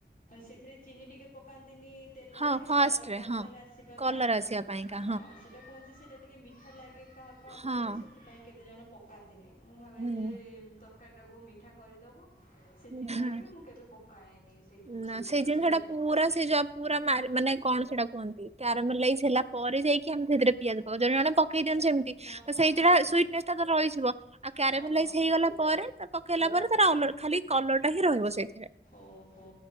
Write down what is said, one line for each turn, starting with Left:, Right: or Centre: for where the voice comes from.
Left: ସେଥିରେ ଚିନି ଟିକେ ପକାନ୍ତିନି। ତେଲରେ
Right: ହଁ ଫାଷ୍ଟରେ
Left: ତାର କଲର୍
Right: ହଁ
Left: ଆସିବା
Right: କଲର
Left: ପାଇଁ।
Right: ଆସିବା ପାଇଁକା
Left: ହଁ ସେଟା କୁହନ୍ତି ସେଇଟା ଟିକେ ମିଠା ଲାଗେ କାହା କାହାକୁ
Right: ହଁ।
Left: ବୋଲି ସେଥିପାଇଁ କେତେ ଜଣ ପ ପକାନ୍ତି ନାହିଁ ମୁଁ ଭାବେ
Right: ହୁଁ।
Left: ଯେ ତରକାରୀଟାକୁ ମିଠା କରିଦବ। ସେଥିପାଇଁ
Right: ହଁ
Left: ବି ମୁଁ କେବେ ପକାଏନି ସେ ଯେଉଁ
Right: ନା
Left: ଚିଲି
Right: ସେଇ ଜିନିଷ
Left: ଚିନିଟାକୁ।
Right: ଟା ପୁରା ସେ ଯ ପୁରା ମ ମାନେ କଣ ସେଟା କୁହନ୍ତି କ୍ୟାମଲାଇଜ୍ ହେଲା ପରେ ଯାଇକି ଆମେ ସେଥିରେ ପିଆଜ ପକଉ ଜଣେ ଜେ ପକେଇ ଦିଅନ୍ତି ସେମିତ
Left: ହଁ ହଁ
Right: ତ ସେଇଥିଟା
Left: ହଁ ହଁ
Right: ସୁଇଟନେସ୍ ଟା ତ ରହିଯିବ ଆଉ କ୍ୟାମଲାଇଜ
Left: ହଁ ହଁ
Right: ହେଇଗଲା ପରେ ତା ପକେଇଲା ପରେ <unintelligible> ଖାଲି କଲରଟା ହି ରହିବ ସେଇଥିରେ।
Left: ଓହୋ